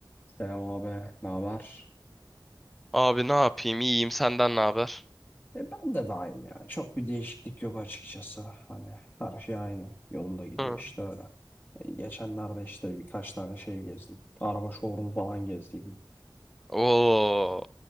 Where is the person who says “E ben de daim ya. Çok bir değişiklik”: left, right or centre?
Left